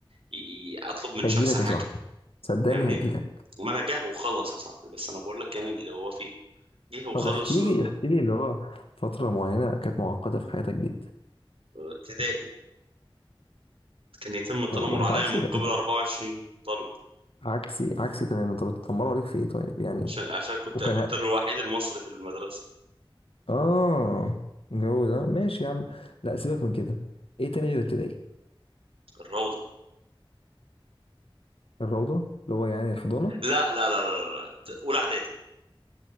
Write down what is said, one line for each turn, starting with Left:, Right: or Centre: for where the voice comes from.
Right: ي- ي- اطلب من
Left: هيجي
Right: شخص
Left: لك
Right: حاجه
Left: يا صاحبي صدقني
Right: فاهمني
Left: هيجي لك
Right: ما انا جه وخلص يا صاحبي بس انا بقول لك يعني اللي هو فيه جه وخلص
Left: طب احكي
Right: آه،
Left: لي احكي لي اللي هو فترة معينة كانت معقدة في حياتك جدا
Right: ابتدائي كان يتم التنمر
Left: وانت
Right: عليا
Left: عكسي
Right: من
Left: ده
Right: قبل
Left: انت
Right: 24 طالب
Left: عكسي عكسي تماما طب اتطمروا عليك في ايه طيب يعني
Right: عشان عشان كنت
Left: وكان
Right: كنت
Left: ه-
Right: أنا الوحيد المصري في المدرسة
Left: اه الجو ده ماشي يا عم لا سيبك من كده ايه تاني غير ابتدائي
Right: الروضة
Left: الروضة اللي هو يعني الحضانة
Right: لا لا لا لا, لا. أولى إعدادي